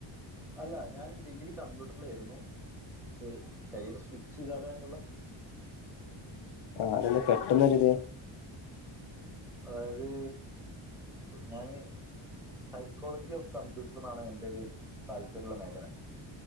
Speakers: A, in the centre; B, on the left.
A: അല്ല ഞാൻ ഡിഗ്രി കമ്പ്യൂട്ടർലെര്ന്നു പക്ഷെ കരിയർ സ്വിച്ചെയ്താലോയെന്നുള്ള
B: കാരണം പെട്ടെന്നൊരു ഇത്
A: അതായത് ഞാന് സൈക്കോളജി ഓഫ് കമ്പ്യൂട്ടർന്നാണ് എന്റൊരു താല്പര്യള്ള മേഖല.